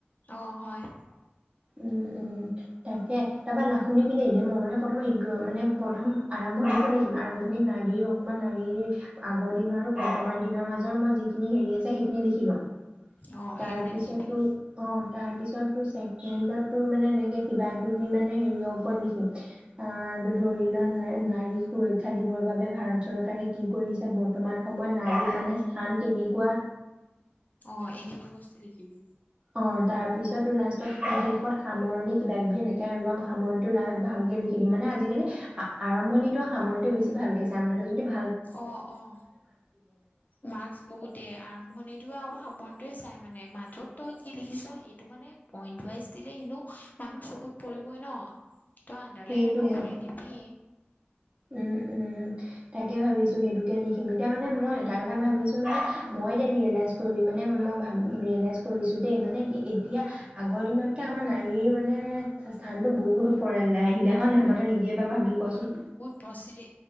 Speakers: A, on the left; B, on the right.
A: অঁ হয়
B: উম উম তাকে তাৰপৰা না শুনিবিলে এদ মই মানে প্ৰথম ই মানে প্ৰথম আৰম্ভণিতো লিখিম আৰম্ভণিত নাৰীৰ অকমান নাৰীৰ আগৰ দিনৰ আৰু বৰ্তমান দিনৰ মাজৰ মই যিখিনি হেৰি আছে সেইখিনি লিখি ল'ম
A: অ
B: তাৰপিছতো
A: সেইখিনি লিখিবি
B: অঁ তাৰপিছত ত ছেকেণ্ডত তোৰ মানে এনেকে কিবা কিবি মানে হেৰিয়ৰ ওপৰত লিখিম আহ ত ধৰি লোৱা নাৰীক সুৰক্ষা দিবৰ বাবে ভাৰত চৰকাৰে কি কৰিছে বৰ্তমান অসমত নাৰীৰ মানে স্থান কেনেকুৱা
A: অঁ এইখিনিও লিখিবি
B: অঁ তাৰপিছত লাষ্টত শেষত সামৰণি কিবা কিবি এনেকে অলপ সামৰণিটো ভালকে লিখি দিম মানে আজিকালি আৰম্ভণিটো সামৰণিটো বেছি ভালকে চাই মানটো যদি ভ
A: অঁ অঁ মাস্ক বহুত দিয়ে আৰম্ভণিতটো আৰু সামৰন্তয়ে চাই মানে মাজত তই কি লিখিছ এইটো মানে পইন্ট ৱাইজ দিলে এনে মানুহ চকুত পৰিবই ন তই আণ্ডাৰলাইন
B: সেইটোৱে
A: এনে কৰি
B: অ'।
A: দিবি
B: উম উম তাকে ভাবিছো সেইটোকে লিখিম এতিয়া মানে মই এটা কথা ভাবিছো মানে মই এতিয়া ৰিয়েলাইজ কৰি মানে মই ভ ৰিয়েলাইজ কৰিছো দেই মানে এতিয়া আগৰ দিনতকে আমাৰ নাৰীৰ মানে স্থানতটো বহুত ওপৰলৈ আহিলে হয় নহয় ব কেতিয়াবাৰ ভাবি কচোন
A: প্ৰস্থিতি